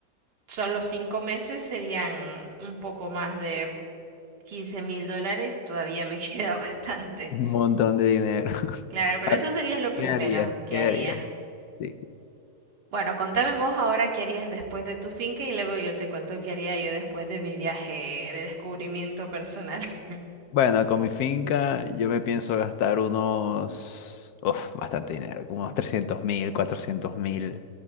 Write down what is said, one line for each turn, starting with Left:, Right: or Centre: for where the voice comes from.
Right: Solo cinco meses serían un poco más de quince mil dólares, todavía me <laughs> queda bastante.
Left: un montón de dinero. <laughs>
Right: Claro, pero
Left: A ver,
Right: eso sería lo primero
Left: ¿qué harías?
Right: que
Left: ¿Qué
Right: haría.
Left: harías? Sí.
Right: Bueno, contame vos ahora qué harías después de tu finca y luego yo te cuento qué haría yo después de mi viaje de descubrimiento personal. <laughs>
Left: Bueno, con mi finca yo me pienso gastar unos, uf, bastante dinero, como unos trescientos mil, cuatrocientos mil